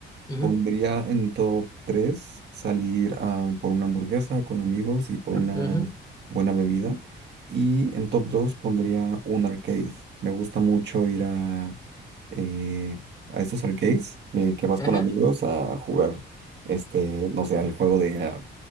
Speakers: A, on the left (about 20°); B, on the right (about 60°).
A: Ujú,
B: Pondría en top 3 salir a por una hamburguesa con amigos y por una
A: ujú.
B: buena bebida. Y en top 2 pondría un arcade. Me gusta mucho ir a, eh, a estos arcades eh, que vas
A: Ajá,
B: con amigos a jugar, este, no sé, al juego de